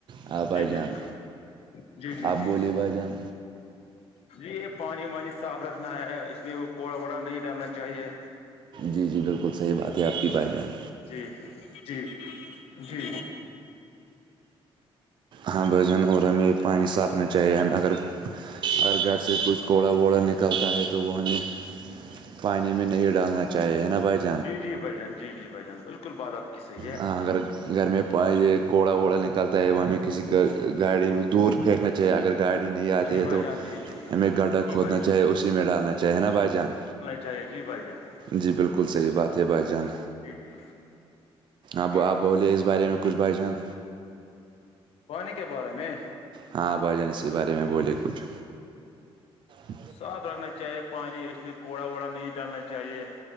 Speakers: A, on the right; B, on the left.
A: ہاں بھائی
B: جی
A: جان
B: جی جی جی
A: آپ
B: جی
A: بولیے بھائی جان
B: جی یہ پانی وانی صاف رکھنا ہے اس میں وہ کوڑا ووڑا نہیں ڈالنا چاہیے
A: جی جی بالکل صحیح بات ہے آپ کی بھائی جان
B: جی جی جی
A: ہاں بھائی جان اور ہمیں پانی صاف رکھنے چاہیے اگر اگر گھر سے کچھ کوڑا ووڑا نکلتا ہے تو وہ ہمیں پانی میں نہیں ڈالنا چاہیے ہے نا بھائی جان
B: جی جی بھائی جان جی جی بھائی جان بالکل بات آپ کی صحیح ہے
A: ہاں اگر گھر میں یہ کوڑا ووڑا نکالتا ہے وہ ہمیں کسی گاڑی میں دور پھینکنا چاہیے اگر گاڑی نہیں آتی
B: جی
A: ہے
B: بھائی
A: تو
B: جان جی جی
A: ہمیں گڈھا
B: جی
A: کھودنا
B: بھائی جان
A: چاہے اسی میں ڈالنا چاہیے ہے نا بھائی جان
B: اچھا جی بھائی جان
A: جی بالکل صحیح بات ہے بھائی جان
B: جی جی
A: اب
B: جی
A: آپ بولے اس بارے میں کچھ بھائی جان
B: پانی کے بارے میں
A: ہاں بھائی جان اسی بارے میں بولے کچھ ہ
B: صاف رکھنا چاہیے پانی اس میں کوڑا وڑا نہیں ڈالنا چاہیے